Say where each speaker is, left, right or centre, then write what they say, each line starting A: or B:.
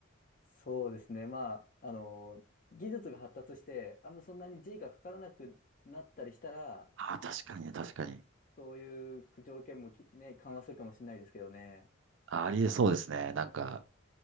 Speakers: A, on the left; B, on the right.
A: そうですね。まあ、あの、技術が発達して、あんまそんなに G がかからなくなったりしたら、
B: あー、確かに、確かに。
A: そういう条件もき、ね、緩和するかもしれないですけどね。
B: あ、ありえそうですね。なんか、